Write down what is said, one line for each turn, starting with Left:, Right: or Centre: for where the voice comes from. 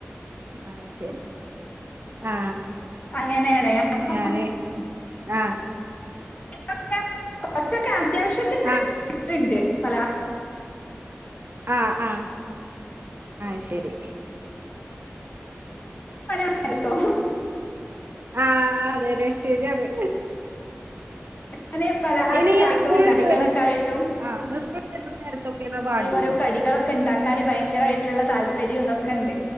Right: ആഹ് ശരി ആ
Left: അങ്ങനെയാണ് അപ്പൊ
Right: ഞാന് ആ
Left: <unintelligible> കൊറച്ചൊക്കെ അത്യാവശ്യത്തിനിണ്ട്
Right: ആഹ്
Left: പല
Right: ആ ആ അഹ് ശരി
Left: ഹലോ
Right: ആ അതെതെ ശരിയാണ്
Left: അങ്ങനെ പലഹാര
Right: ഇനി
Left: ചായക്കണ്ടടികളൊക്കെ
Right: സ്കൂളിട്ട് വരുന്ന
Left: ആയിട്ടും
Right: ആഹ് സ്കൂളിട്ട് വരുന്ന നേരത്തൊക്കെയാണ് വാണ്ടിയത്
Left: ഓരോ കടികളൊക്കെ ഇണ്ടാക്കാന് ഭയങ്കരമായിട്ടുള്ള താല്പര്യം ഇതൊക്കെ ഉണ്ട്